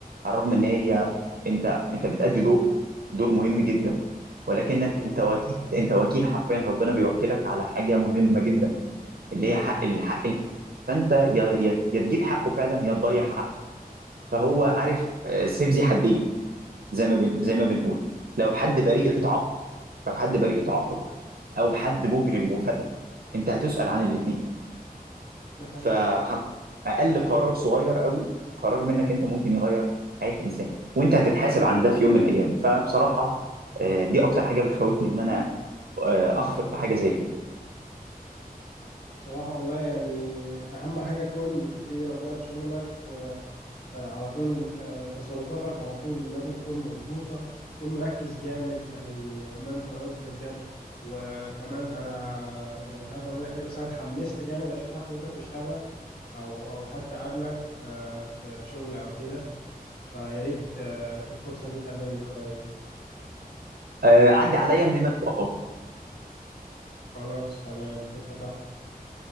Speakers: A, on the right; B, on the left.
A: الرغم ان هي انت انت بتأدي دور دور مهم جدا ولكنك
B: مهم.
A: انت وكيل انت وكيل حرفيا ربنا بيوكلك على حاجه مهمه جدا اللي
B: مهم.
A: هي حق الحق فانت يا يا يا تجيب حقه فعلا يا تضيع حقه فهو عارف آه، سيف ذي حدين زي ما بن زي ما بنقول لو
B: بالظبط
A: حد بريء اتعاقب لو حد بريء اتعاقب او حد
B: مهم.
A: مجرم وفتح انت هتسأل عن الاثنين
B: ده حقيقي
A: فحرف اقل قرار صغير قوي قرار منك انت ممكن يغير حياه انسان وانت هتتحاسب عن ده في يوم من الايام فبصراحه آه، دي اكتر حاجه بتخوفني ان انا آه، اخفق في حاجه زي كده
B: بصراحة والله يعني أهم حاجة تكون بتتقي ربنا في شغلك و آه، على طول آه، تصرفاتك على طول لازم تكون مظبوطة تكون مركز جامد زي ما انت قلت بجد وكمان انا يعني مش عارف اقول لك ايه بس انا اتحمست جامد اشوفك وانت بتشتغل او او حتى اقابلك آه، في شغل او كده فيا ريت آه، الفرصة دي تقابلني قريب
A: آه، عدي عليا من ما تبقى فاضي
B: خلاص تمام اتفقنا